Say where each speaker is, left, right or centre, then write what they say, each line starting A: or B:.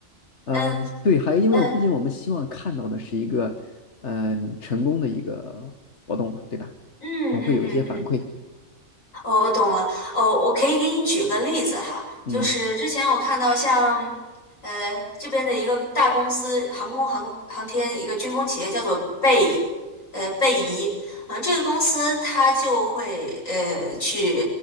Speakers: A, on the left; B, on the left.
A: 呃对，
B: 嗯
A: 还因为我毕竟我们希望看到的是一个，
B: 嗯
A: 嗯、成功的一个活动嘛，对吧？
B: 嗯嗯嗯嗯，
A: 总会有一些反馈，
B: 哦，我懂了。哦，我可以给你举个例子哈，就是之前我看到像，
A: 嗯
B: 呃，这边的一个大公司，航空航航天一个军工企业叫做贝，呃，贝仪，嗯、这个公司它就会呃去